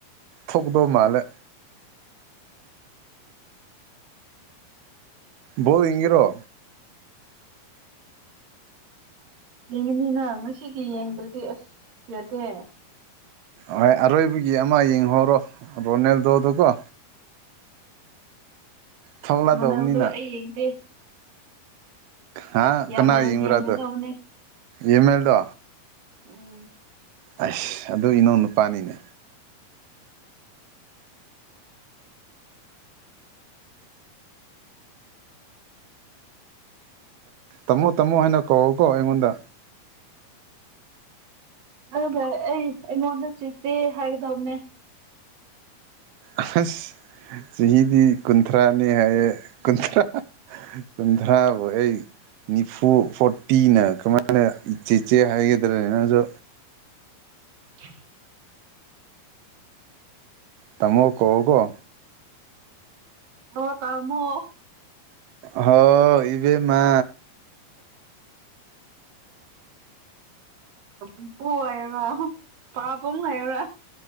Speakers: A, on the right; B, on the right.
A: ꯊꯣꯛꯗꯧ ꯃꯥꯜꯂꯦ ꯕ‌ꯣꯜ ꯌꯦꯡꯉꯤꯔꯣ
B: ꯌꯦꯡꯒꯅꯤꯅ ꯉꯁꯤꯒꯤ ꯌꯦꯡꯗ꯭ꯔꯗꯤ ꯑꯁ ꯌꯥꯗꯦ
A: ꯍꯣꯏ ꯑꯔꯣꯏꯕꯒꯤ ꯑꯃ ꯌꯦꯡꯍꯧꯔꯣ ꯔꯣꯅꯥꯜꯗꯣꯗ‌ꯣꯀꯣ ꯊꯣꯛꯂꯗꯧꯕꯅꯤꯅ
B: ꯅꯣꯅꯥꯜꯗꯣ ꯑꯩ ꯌꯦꯡꯗꯦ
A: ꯍꯥꯥ
B: ꯌꯥꯝꯃꯦꯜ
A: ꯀꯅꯥ ꯌ‌ꯦꯡꯕꯔ
B: ꯌꯦꯡꯒꯗꯧꯕꯅꯦ
A: ꯑꯗꯨ ꯌꯃꯦꯜꯗꯣ
B: ꯎꯝ
A: ꯑꯁ ꯑꯗꯨ ꯏꯅꯥꯎ ꯅꯨꯄꯥꯅꯤꯅꯦ ꯇꯝꯃꯣ ꯇꯝꯃꯣ ꯍꯥꯏꯅ ꯀꯧꯌ‌ꯣꯀꯣ ꯑꯩꯉꯣꯟꯗ
B: ꯑꯗꯨꯒ ꯑꯩ ꯑꯩꯉꯣꯟꯗ ꯆꯤꯆꯦ ꯍꯥꯏꯒꯗꯕꯅꯦ
A: ꯑꯁ ꯆꯍꯤꯗꯤ ꯀꯨꯟꯊ꯭ꯔꯥꯅꯤ ꯍꯥꯏꯌꯦ ꯀꯨꯟꯊ꯭ꯔꯥ ꯀꯨꯟꯊ꯭ꯔꯥ ꯕꯨ ꯑꯩ ꯅꯤꯐꯨ ꯐꯣꯔꯇꯤꯅ ꯀꯃꯥꯏꯅ ꯏꯆꯦꯆꯦ ꯍꯥꯏꯒꯗ꯭ꯔꯅ‌ꯦ ꯅꯪꯁꯨ
B: <inaudible>
A: ꯇꯥꯃꯣ ꯀꯧꯑꯣꯀ‌ꯣ
B: ꯍ‌ꯣ ꯇꯥꯃꯣ
A: ꯍꯥꯎ ꯏꯕ‌ꯦꯝꯃꯥ
B: ꯏꯄꯨ ꯍꯥꯏꯌꯨꯔ‌ꯣ ꯄꯥꯕꯨꯡ ꯍꯥꯏꯌꯨꯔ